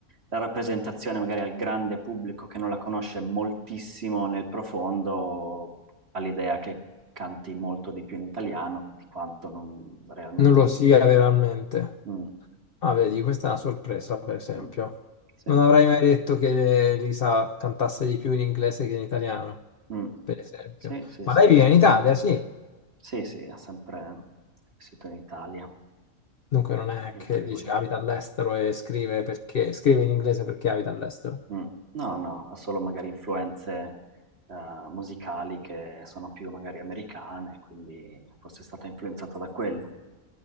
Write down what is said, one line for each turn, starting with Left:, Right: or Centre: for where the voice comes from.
Right: la rappresentazione magari al grande pubblico che non la conosce moltissimo nel profondo ha l'idea che canti molto di più in italiano di quanto non realmente
Left: non lo
Right: stia.
Left: sia veramente.
Right: Mm,
Left: Ah, vedi, questa è una sorpresa, per esempio.
Right: mm, sì.
Left: Non avrei mai detto che Lisa cantasse di più in inglese che in italiano,
Right: Mm.
Left: per esempio.
Right: Sì, sì,
Left: Ma
Right: sì,
Left: lei vive
Right: beh,
Left: in Italia, sì.
Right: sì, sì, ha sempre vissuto in Italia,
Left: Dunque non è
Right: sempre
Left: che
Right: in Friuli.
Left: dice abita all'estero e scrive perché scrive in inglese perché abita all'estero.
Right: Mm. No, no, ha solo magari influenze eh, musicali che sono più magari americane, quindi forse è stato influenzato da quello.